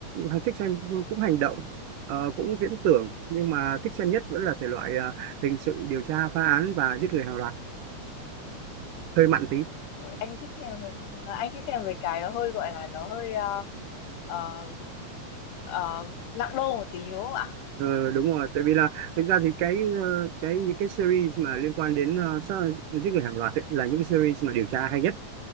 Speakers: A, on the right; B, on the left.
A: hay thích xem cũng hành động ờ, cũng viễn tưởng nhưng mà thích xem nhất vẫn là thể loại ờ, hình sự điều tra phá án và giết người hàng loạt hơi mặn tí
B: Ôi, anh thích xem về ờ, anh thích xem về cái nó hơi gọi là nó hơi ờ, ờ, ờ, nặng đô một tí đúng không ạ
A: Ờ, đúng rồi, tại vì là thực ra thì cái ờ, cái những cái series mà liên quan đến uh, sát giết người hàng loạt ấy, là những series mà điều tra hay nhất.